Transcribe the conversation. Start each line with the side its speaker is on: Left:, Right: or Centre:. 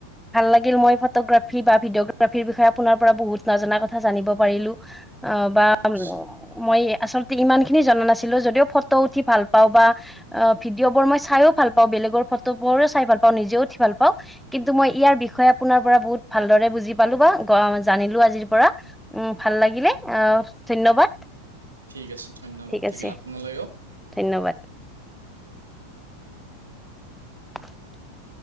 Centre: ভাল লাগিল মই ফটোগ্ৰাফী বা ভিডিঅগ্ৰাফীৰ বিষয়ে আপোনাৰ পৰা বহুত নজনা কথা জানিব পাৰিলো অ বা
Right: হয়
Centre: মই আচলতে ইমান খিনি জনা নাছিলো যদিও ফটো উঠি ভাল পাওঁ বা অ ভিডিঅ' বোৰ মই চাইো ভাল পাও বে বেগৰ ফটোবোৰো চাই ভাল পাও নিজে উঠি ভাল কও কিন্তু মই ইয়াৰ বিষয়ে আপোনাৰ পৰা বহুত ভালদৰে বুজি পালো বা জানিলো আজিৰ পৰা উম ভাল লাগিলে অ ধন্যবাদ
Right: ঠিক আছে ধন্যবাদ
Centre: ঠিক
Right: থাকিল
Centre: আছে
Right: আপোনালৈও
Centre: ধন্যবাদ। <unintelligible>